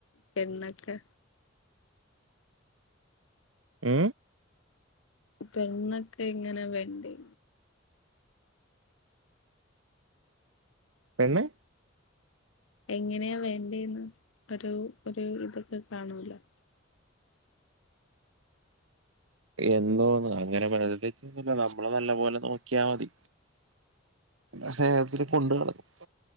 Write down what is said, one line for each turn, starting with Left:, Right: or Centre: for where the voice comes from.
Left: പെണ്ണൊക്കെ
Right: ഏ
Left: പെണ്ണൊക്കെങ്ങനെ വേണ്ടേ
Right: പെണ്ണ്
Left: എങ്ങനെയാ വേണ്ടേന്ന് ഒരു ഒരു ഇതൊക്കെ കാണൂലെ
Right: എന്തോന്ന് അങ്ങനെ പറയാനായിട്ടൊന്നുല്ല നമ്മളെ നല്ലപോലെ നോക്കിയാ മതി ആ സ്നേഹത്തില് കൊണ്ട് നടക്കും